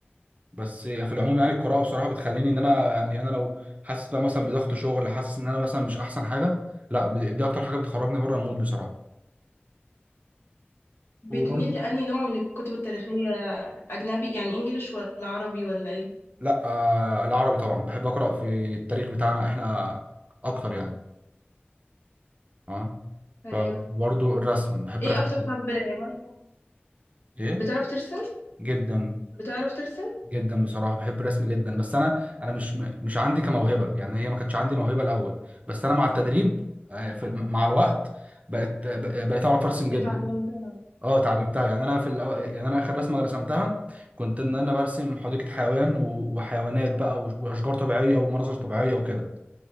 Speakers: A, on the right (about 35°); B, on the left (about 75°).
A: بس في العموم يعني القراءه بصراحه بتخليني ان انا يعني انا لو حاسس بقى مثلا بضغط شغل حاسس ان انا مثلا مش احسن حاجه لا ب- دي اكتر حاجه بتخرجني بره المود بصراحه
B: بتميل
A: وبرضه
B: لأنهي نوع من الكتب التاريخيه اجنبي يعني انجليش ولا عربي ولا ايه
A: لا آه العربي طبعا بحب اقرا في التاريخ بتاعنا احنا اكتر يعني اه
B: ايوه
A: فبرضو الرسم بحب
B: ايه
A: الرسم
B: اكتر
A: جدا
B: طب مس-
A: ايه
B: بتعرف ترسم
A: جدا
B: بتعرف ترسم
A: جدا بصراحه بحب الرسم جدا بس انا انا مش م- مش عندي كموهبه يعني هي ما كانتش عندي موهبه الاول بس انا مع التدريب آه في مع الوقت بقت ب- بقيت اعرف ارسم جدا
B: اتعلمتها
A: اه اتعلمتها يعني انا في الأو... يعني انا اخر رسمه رسمتها كنت ان انا برسم حديقه حيوان و... وحيوانات بقى و... واشجار طبيعيه ومناظر طبيعيه وكده